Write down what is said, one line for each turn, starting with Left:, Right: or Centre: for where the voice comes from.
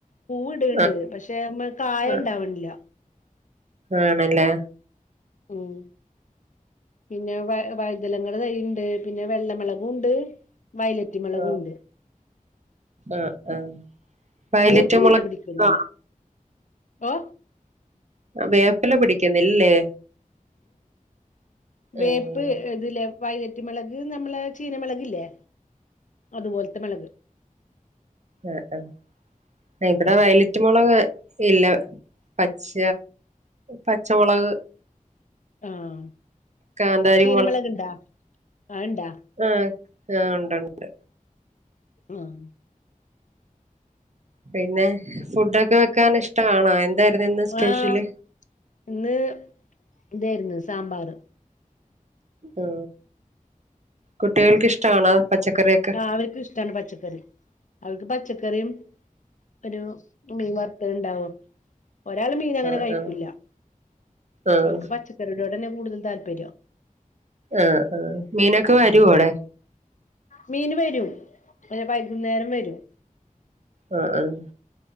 Left: പൂവ്ട്ണ്ട്
Right: ആഹ്
Left: പക്ഷെ അയ്മ്മെ കായ
Right: ആഹ്
Left: ഇണ്ടാവ്ണില്ല
Right: ആണല്ലേ
Left: ഉം പിന്നെ വ വഴ്തലങ്ങളെ തൈയുണ്ട് പിന്നെ വെള്ളമെളകും ഉണ്ട് വയല മെളകുണ്ട്
Right: ആഹ് ആഹ് ആഹ് വയലറ്റ്
Left: വേപ്പ് തീരെ
Right: മുളക്
Left: പിടിക്കുന്നില്ല ഒ
Right: വേപ്പില പിടിക്കുന്നില്ലേ
Left: വേപ്പ്
Right: ആഹ്
Left: എതലെ വയ്ലറ്റ് മെളക് നമ്മളെ ചീന മെളക്ല്ലേ അതുപോലത്തെ മെളക്
Right: ആ ആ ഇവിടെ
Left: ഉം
Right: വയല പച്ചമൊളക് ഇല്ല പച്ച പച്ചമൊളക്
Left: ആഹ്
Right: കാന്താരി
Left: ചീനമേളക്ണ്ടാ അത് ഇണ്ടാ
Right: ആ ആ ഉണ്ടണ്ട്
Left: ആഹ
Right: പിന്നെ ഫുഡൊക്കെ വെക്കാൻ ഇഷ്ടമാണോ എന്തായിരുന്നു ഇന്ന് സ്പെഷ്യല്ി
Left: ആഹ് ഇന്ന് ഇതായിരുന്നു സാമ്പാർ
Right: ആ കുട്ടികൾക്ക്ിഷ്ടണ പച്ചക്കറിയൊക്കെ
Left: ആ അവർക്ക് ഇഷ്ടമാണ് പച്ചക്കറി അവർക്ക് പച്ചക്കറിയും ഒരു മീൻ വർത്ത ഉണ്ടാവും ഒരാള് മീനങ്ങനെ
Right: ആഹ്
Left: കഴിക്കുല്ല
Right: ആഹ് ആഹ്
Left: ഓര്ക്ക് പച്ചക്കറിയ്യോടെന്നെ കൂടുതല് താല്പര്യം
Right: ആഹ് ആഹ് മീനൊക്കെ വരോ
Left: ഉം
Right: അവ്ടെ?
Left: മീന് വരും ഒര് വൈകുന്നേരം വരും
Right: ആഹ് ആഹ്